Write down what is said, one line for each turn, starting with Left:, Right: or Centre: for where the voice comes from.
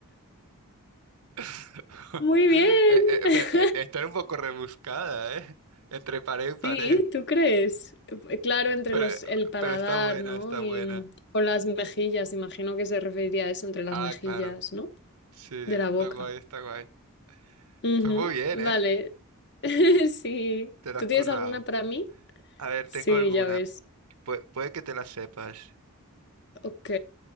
Right: <laughs>
Left: <laughs> muy bien.
Right: Eh, eh,
Left: <laughs>
Right: pe- eh, está un poco rebuscada, ¿eh? Entre pared
Left: Sí,
Right: y pared.
Left: ¿tú crees? Eh, Claro, entre
Right: Pero,
Left: los, el paladar,
Right: pero está buena,
Left: ¿no?
Right: está
Left: Y
Right: buena.
Left: o las mejillas, imagino que se referiría a eso, entre las
Right: Ah,
Left: mejillas,
Right: claro.
Left: ¿no?
Right: Sí,
Left: De la
Right: está
Left: boca.
Right: guay, está guay.
Left: Ujú,
Right: Fue muy bien,
Left: Vale.
Right: ¿eh?
Left: <laughs> Sí.
Right: Te lo
Left: ¿Tú
Right: has
Left: tienes
Right: currado.
Left: alguna para mí?
Right: A ver,
Left: Sí,
Right: tengo alguna.
Left: ya ves.
Right: Pue- puede que te la sepas.
Left: Ok.